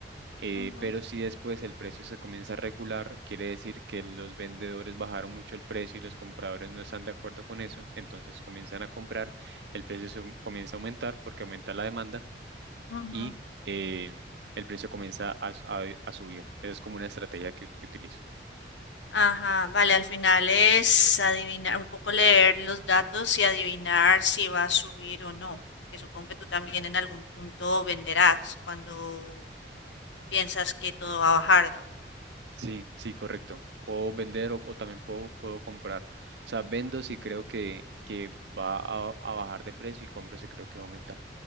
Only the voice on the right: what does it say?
Eh,
pero si después el precio se comienza a regular, quiere decir que los vendedores bajaron mucho el precio y los compradores no están de acuerdo con eso, entonces comienzan a comprar, el precio se comienza a aumentar porque aumenta la demanda
y eh, el precio comienza a, s- a- a subir. Esa es como una estrategia que, que utilizo.
Sí, sí, correcto. Puedo vender o, o también puedo, puedo comprar. O sea, vendo si
creo que, que va a, a bajar de precio y compro si creo que va a aumentar.